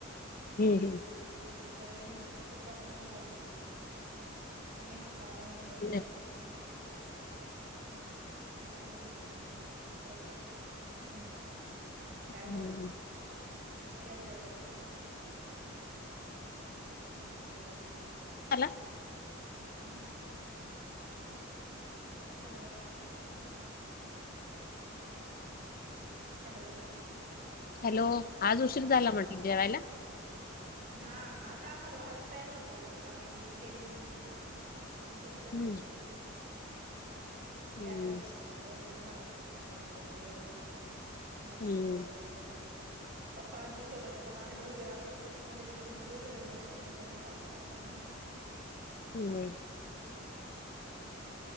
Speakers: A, on the left; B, on the right.
A: हे, हे.
B: तर रिंग अशी प्रॉपर नाही वाजली. का मी हात लावला म्हणून बंद
A: नाही.
B: झाले. नाही केव्हाच वाजतेय ते. एकच रिंग वाजली <unintelligible> हम्म. काय
A: हं.
B: चालल? या जेवायला. हॅलो.
A: मला.
B: हा. हॅलो. हॅलो.
A: हॅलो, आज उशीर झाला म्हटलं
B: हा आवाज‌.
A: जेवायला?
B: हा आता आम्हाला हाच टाईम होतो साहावी येते मग बस्ता
A: हं,
B: सोबत. ते
A: हं,
B: असे पर्यंत आवरलून घ्यावा काय, काय आवरता येईल तेवढं नसते
A: हं,
B: त्यावर दोन पप्पा आणि ती सोबत येत मग आम्ही दोघीच राहतो कधी, कधी घेतो. दोघी जणी बसून नाही मग थांबतो पप्पांना.
A: हम्म.